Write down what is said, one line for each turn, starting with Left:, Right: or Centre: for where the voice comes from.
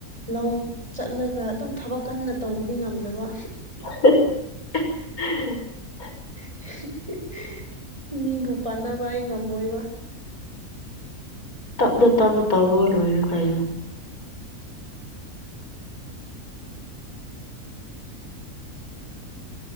Right: ꯂꯧ ꯆꯠꯂꯒ ꯑꯗꯨꯝ ꯊꯕꯛ ꯀꯟꯅ ꯇꯧꯕꯗꯤ ꯉꯝꯗꯕ꯫
Left: <unintelligible>
Right: <unintelligible> ꯃꯤꯕꯨ ꯄꯥꯟꯅꯕ ꯑꯩ ꯉꯝꯃꯣꯏꯕ꯫
Left: ꯇꯞꯅ ꯇꯞꯅ ꯇꯧꯔꯒ ꯂꯣꯏꯔꯦ ꯀꯩꯅꯣ꯫